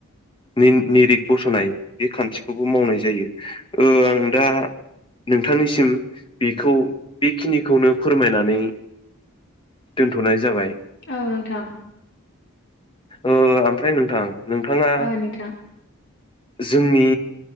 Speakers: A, on the left; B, on the left.
A: नि-निरिग बस'नाय बे खान्थिखौबो मावनाय जायो ओ आं दा नोंथांनिसिम बेखौ बेखिनिखौनो फोरमायनानै दोनथ'नाय जाबाय।
B: औ नोंथां।
A: ओ ओमफ्राय नोंथां नोंथाङा
B: ओ नोंथां
A: जोंनि